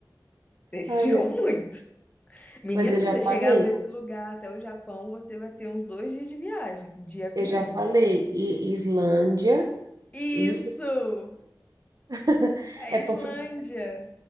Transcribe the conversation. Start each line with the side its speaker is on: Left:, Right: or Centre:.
Left: Você esfriou
Right: Ai, eu-
Left: <laughs> muito. Menino,
Right: mas eu
Left: pra
Right: já
Left: você
Right: falei,
Left: chegar desse lugar até o Japão, você vai ter uns dois dias de viagem, de avião.
Right: eu já falei, e Islândia
Left: Isso!
Right: e <laughs>
Left: É a
Right: é
Left: Islândia.
Right: porque